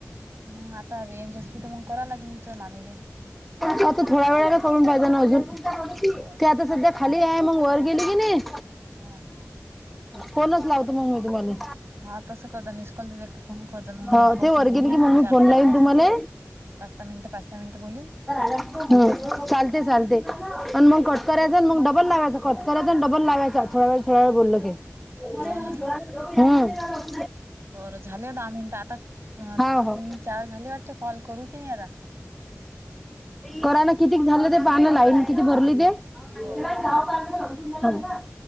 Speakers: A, on the right; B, in the centre.
A: मग आता रेंज असली तर मग कराव लागेल विचार मामीले
B: <unintelligible> आता थोड्या वेळाने करून पायजा ना अजून,
A: बरं
B: ते आता सध्या- खाली आहे, मग वर गेली की नाही.
A: हां
B: फोनच लावतो, मंग मी तुम्हाले.
A: 'हा, तसं करत जा मिस कॉल एक फोन करत जाय मग
B: हो
A: मी थोडस
B: ते वर
A: बोलीन,
B: गेले की मग मी
A: चार
B: फोन
A: कॉल
B: लावीन
A: करीन,
B: तुम्हाले.
A: बस. '' मिनटं पाच सहा मिनट बोलीन,
B: हं, चालते-चालते आन मग
A: हाव
B: कटकऱ्या- ''मग डबल लावायचं, कट करायाचा डबल लावायचा, थोडा वेळ थोडा वेळ बोललो की, ''
A: हा हा
B: हं
A: ''बरं झाले दहा मिनटं आता,
B: हा हो.
A: तीन-चार झाले वाटते कॉल करू की नाही आता, ''
B: करा न, किती झालं ते पानं, लाईन किती भरली ते,
A: बरं
B: जा
A: हो
B: <unintelligible>